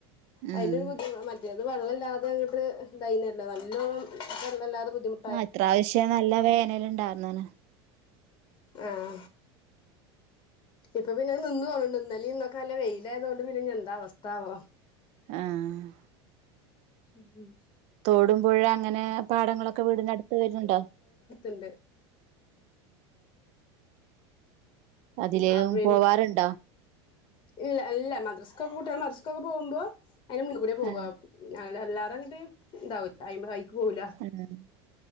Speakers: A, on the left; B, on the right.
A: അതിനൊരു
B: ആഹ്
A: ബുദ്ധിമു മറ്റേ ത് വെള്ള ഇല്ലാതെ ഇങ്ങട്ട് ഇതായിന്നല്ലോ നല്ലോണം വെള്ളം ഇല്ലാതെ ബുദ്ധിമുട്ട്
B: ആഹ്‌ ഇത്രാവിശ്യം നല്ല വേനൽ ഇണ്ടായിരുന്ന്ണ്
A: ആഹ ഇപ്പൊ പിന്നെ അത്‌ നിന്ന് തോന്ന്ണ്ട് ഇന്നലിം ഇന്നൊക്കെ നല്ല വെയിലായതു കൊണ്ട് പിന്നെ ഇനി എന്താ അവസ്ഥാവോ
B: ആഹ്
A: ഉം
B: തോടും പുഴ അങ്ങനെ പാടങ്ങളൊക്കെ വീടിനടുത്ത് വരുന്ന്ണ്ടോ
A: ഇണ്ട്
B: അതില്
A: അഹ് പിന്നെ
B: പോവാറ്ണ്ടോ
A: ഇല്ല ഇല്ല മദ്രസ്ക്ക് ഒക്കെ കുട്ട്യാള് മദ്രസ്ക്കൊക്കെ പോവ്മ്പോ അതിന്റെ മുന്ന് കൂടിയ പോവ
B: ആഹ്
A: അങ്ങനെ എല്ലാരും അങ്ങിട്ട് ഇതാവൂല്ല അയിമ്മെ അയിക്ക് പോവൂല
B: ഉം